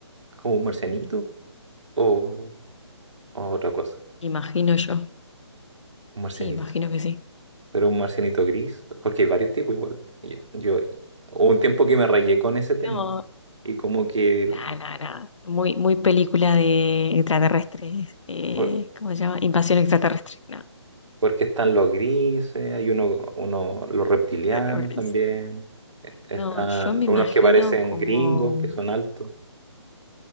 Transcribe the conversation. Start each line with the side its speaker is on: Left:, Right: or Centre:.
Right: ¿Como un marcianito o, o otra cosa?
Left: Imagino yo.
Right: Un marcianito.
Left: Sí, imagino que sí.
Right: Pero un marcianito gris, porque hay varios tipos igual. Yo, yo- hubo un tiempo que me rayé con ese tema
Left: No,
Right: y como que,
Left: nada, nada, nada. Muy, muy película de extraterrestres. Eh,
Right: por-
Left: ¿cómo se llama? Invasión extraterrestre. No,
Right: porque están los grises, hay uno, uno, los reptilianos
Left: de los grises.
Right: también, eh, están
Left: No, yo me
Right: unos
Left: imagino
Right: que parecen
Left: como,
Right: gringos, que son altos,